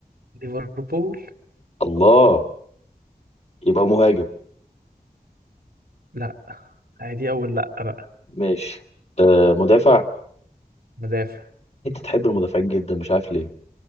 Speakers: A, on the right (about 80°); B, on the left (about 40°).
A: ليفربول
B: الله يبقى مهاجم
A: لا عادي اول لا بقى
B: ماشي آه مدافع
A: مدافع
B: انت تحب المدافعين جدا مش عارف ليه